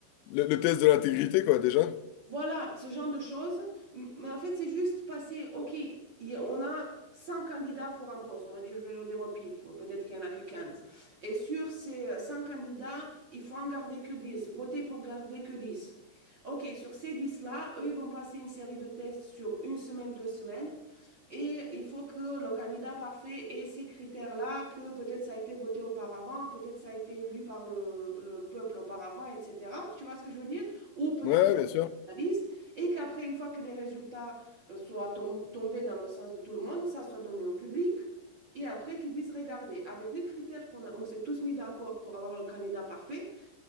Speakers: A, on the left; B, on the right.
A: Le, le test de l'intégrité, quoi, déjà.
B: voilà, ce genre de choses. M- Mais en fait, c'est juste passer, OK, il y a- on a 100 candidats pour un poste, on va dire, je vais le dire au pif, peut-être qu'il n'y en a que quinze Et sur ces 100 candidats, il faut en garder que dix voter pour garder que dix OK, sur ces 10 là eux, ils vont passer une série de tests sur une semaine, deux semaines, et il faut que le candidat parfait ait ces critères-là, que peut-être ça a été voté auparavant, peut-être ça a été élu par le, le peuple auparavant, etc. Tu vois ce que je veux dire? Ou peut-être
A: Ouais, bien sûr.
B: liste et qu'après, une fois que les résultats euh, soient tom- tombés dans le sens de tout le monde, ça soit donné au public. Et après, qu'ils disent, regardez, avec les critères qu'on a- on s'est tous mis d'accord pour avoir le candidat parfait,